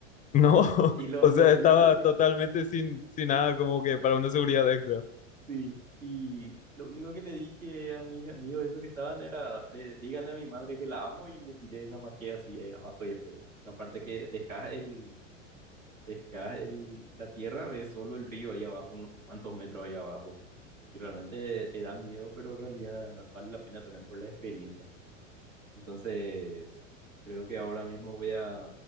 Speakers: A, on the left; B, on the right.
A: No, <laughs>
B: Y lo,
A: o
B: lo
A: sea,
B: único
A: estaba
B: que,
A: totalmente sin, sin nada como que para una seguridad extra.
B: sí, y lo único que le dije a mis amigos, esos que estaban, era, eh, díganle a mi madre que la amo y me tiré y me amaqué así ahí abajo y después. Una parte que dejás el, dejás el, la tierra, ves solo el río ahí abajo, unos cuantos metros ahí abajo. Y realmente te da miedo, pero en realidad vale la pena también por la experiencia. Entonces, creo que ahora mismo voy a